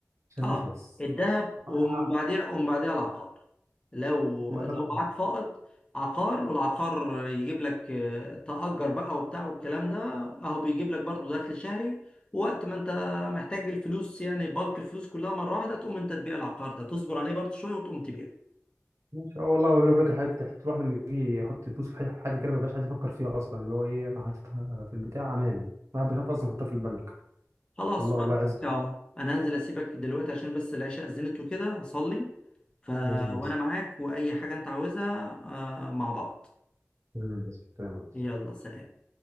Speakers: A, on the right; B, on the left.
A: عشان
B: اه
A: نخلص
B: الذهب ومن
A: آه. آه،
B: بعديها ومن بعديها العقار لو
A: ما
B: لو
A: ده الاخبار
B: معاك فائض عقار والعقار يجيب لك آه، تأجر بقى وبتاع والكلام ده اهو بيجيب لك برضو دخل شهري وقت ما انت محتاج الفلوس يعني بالك الفلوس كلها مرة واحدة تقوم انت تبيع العقار ده تصبر عليه برضو شوية وتقوم تبيعه
A: ماشي اه والله بيقول لك حاجه الواحد لما بيجي يحط فلوسه في حاجه حاجة كده ما بيبقاش عايز يفكر فيها اصلا اللي هو ايه انا حاططها في البتاع امان الواحد بيخاف اصلا يحطها في البنك
B: خلاص
A: والله الله يعزك
B: اهو انا هنزل اسيبك دلوقتي عشان بس العشاء اذنت وكده اصلي ف...
A: ماشي يا هندسه
B: وانا معاك واي حاجة انت عاوزها آه، مع بعض
A: تمام يا هندسه تمام يا ريس
B: يلا سلام